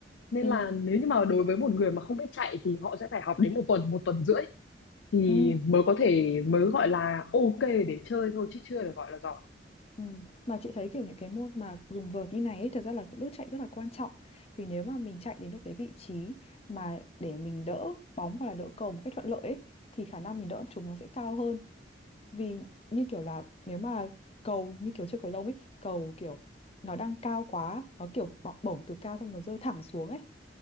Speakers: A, on the left; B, on the left.
A: Nên
B: ừ
A: là nếu như mà đối với một người mà không biết chạy thì họ sẽ phải học đến một tuần, một tuần rưỡi thì
B: ừ
A: mới có thể mới gọi là ok để chơi thôi chứ chưa được gọi là giỏi.
B: ừ mà chị thấy kiểu những cái môn mà dùng vợt như này ấy, thật ra là cái bước chạy rất là quan trọng vì nếu mà mình chạy đến được cái vị trí mà để mình đỡ bóng hoặc là đỡ cầu một cách thuận lợi ấy, thì khả năng mình đỡ chúng nó sẽ cao hơn vì như kiểu là nếu mà cầu như kiểu chơi cầu lông ấy cầu kiểu nó đang cao quá nó kiểu bọ- bổng từ cao xong nó rơi thẳng xuống ấy